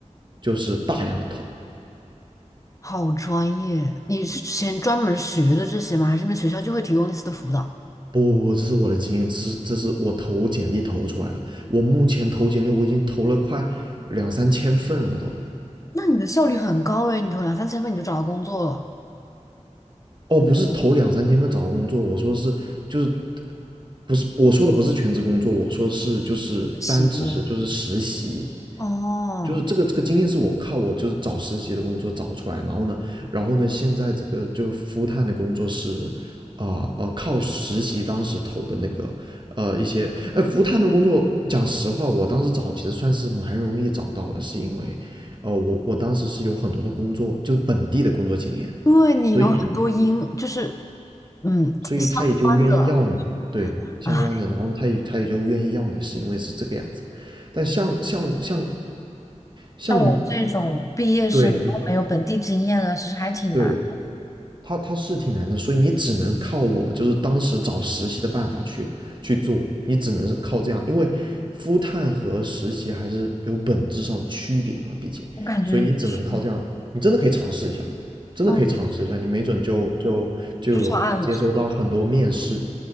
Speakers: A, on the right (about 40°); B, on the left (about 25°).
A: 就是大量的投。
B: 好专业！你是之前专门学的这些吗？还是你们学校就会提供类似的辅导？
A: 不不不，这是我的经验，这是这是我投简历投出来的。我目前投简历，我已经投了快两三千份了都。
B: 那你的效率很高哎，你投两三千分你就找到工作了，
A: 哦，不是投两三千份找到工作，我说是就是不是我说的不是全职工作，我说是就是单只是就是实习，
B: 行哦，
A: 就是这个这个经验是我靠我就是找实习的工作找出来，然后呢，然后呢，现在这个就 f u l 的工作是。啊、呃，呃靠实习当时投的那个，呃，一些，呃，服务探的工作，讲实话，我当时找其实算是蛮容易找到的，是因为，呃，我我当时是有很多的工作，就是本地的工作经验，
B: 对你有很多因，
A: 所以
B: 就是嗯相关的。
A: 所以他也就愿意要你，对，相关的，
B: 唉，
A: 然后他也他也就愿意要你，是因为是这个样子。但像像像像，
B: 像我这种毕业生，
A: 你，对你
B: 然后没有本地经验的，其实还挺难。
A: 对，他他是挺难的，所以你只能靠我，就是当时找实习的办法去去做，你只能是靠这样，因为 f 探和实习还是有本质上的区别嘛，毕竟，
B: 我感觉也是
A: 所以你只能靠这样，你真的可以尝试一下，真的可以尝试一下，
B: 嗯，
A: 你没准就就就有接收到很多面试，
B: 就上岸了，